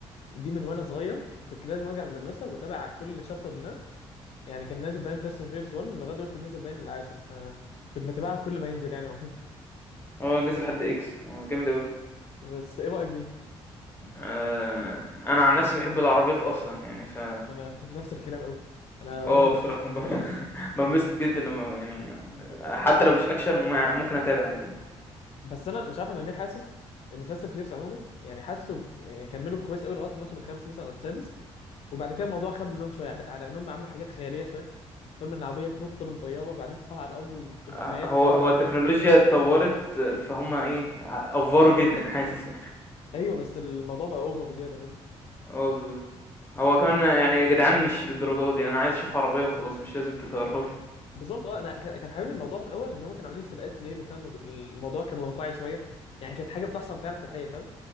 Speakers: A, on the left; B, on the left.
A: دي من وانا صغير كنت لازم ارجع من المدرسه واتابع كل شابتر منها يعني كان نازل باين فاست اند فيوريوس 1 لغايه دلوقتي نازل باين العاشر فكنت بتابعها كل ما ينزل يعني عموما
B: آه، نزل حد X آه، جامد أوي.
A: بس ايه رايك بيه؟
B: آآ أنا عن نَفْسي باحب العربيات أصلًا يعني ف
A: انا نفس الكلام قوي انا
B: آه
A: مدمن
B: بصراحة
A: عربيات عموما
B: ب بانبسط <laughs> جدًا لمّا يعني آه، حتّى لو مش action ما ممكن أتابع عادي يعني.
A: بس انا مش عارف انا ليه حاسس ان فاست اند فيوريوس عموما يعني حاسه ب- يعني كملوا كويس قوي لغايه الموسم الخامس مثلا او السادس وبعد كده الموضوع خاب منهم شويه على انهم عملوا حاجات خياليه شويه فاهم ان عربيه تنط من طياره وبعدين تقع على الارض وفي النهايه
B: أ
A: تكمل
B: هو هو
A: وتحارب
B: التكنولوجيا اتطوّرت آه، فهُم إيه، أ أفّوروا جدًا حاسس
A: ايوه بس الموضوع بقى اوفر بزياده
B: اه بالظبط هو
A: فاهم
B: كمان يعني يا جدعان مش للدرجة دي انا عايز اشوف عربية وخلاص مش لازم تطيرها لي
A: بالظبط اه انا كان كان حاببني الموضوع في الاول ان هم كانوا عاملين سباقات ليل وفاهم وك- الموضوع كان واقعي شويه يعني كانت حاجه بتحصل فعلا في الحقيقه فاهم